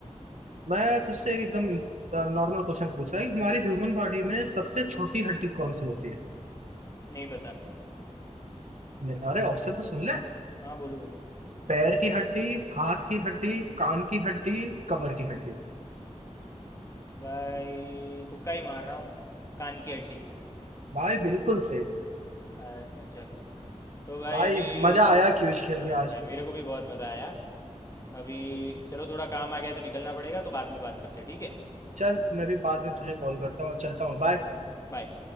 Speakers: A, on the right (about 75°); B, on the left (about 25°).
A: मैं तुझसे एक एकदम नॉर्मल क्वेश्चन पूछ रहा है कि हमारी ह्यूमन बॉडी में सबसे छोटी हड्डी कौन सी होती है
B: नहीं पता
A: मैं- अरे ऑप्शन तो सुन ले
B: हाँ बोलो बोलो
A: पैर की हड्डी हाथ की हड्डी कान की हड्डी कमर की हड्डी
B: भाई तुक्का ही मार रहा हूँ कान की हड्डी
A: भाई बिल्कुल सेफ
B: अच्छा चलो तो भाई
A: भाई
B: अभी
A: मजा आया क्यूज खेल
B: हाँ
A: के आज
B: भाई मेरे को भी बहुत मज़ा आया अभी चलो थोड़ा काम आ गया है तो निकलना पड़ेगा तो बाद में बात करते हैं ठीक है
A: चल मैं भी बाद में तुझे कॉल करता हूँ चलता हूँ बाय
B: Okay bye